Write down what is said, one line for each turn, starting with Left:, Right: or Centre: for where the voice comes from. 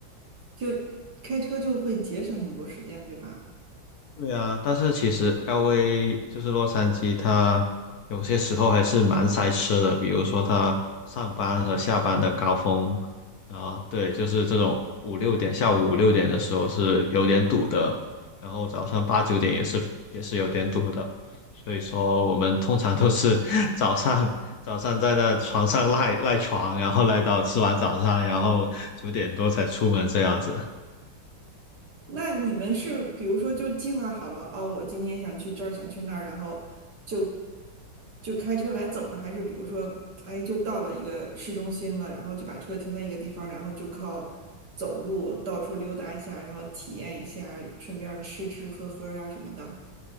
Right: 就开车就会节省很多时间，对吧？
Left: 对啊，但是其实 LA 就是洛杉矶，它有些时候还是蛮塞车的，比如说它上班和下班的高峰啊，对，就是这种五六点，下午五六点的时候是有点堵的，然后早上八九点也是也是有点堵的，所以说我们通常都是 <laughs> 早上早上在那床上赖赖床，然后赖到吃完早餐，然后九点多才出门这样子。
Right: 那你们是比如说就计划好了，哦，我今天想去这儿，想去那儿，然后就就开车来走呢，还是比如说，哎，就到了一个市中心了，然后就把车停在一个地方，然后就靠走路到处溜达一下，然后体验一下，顺便吃吃喝喝啊什么的。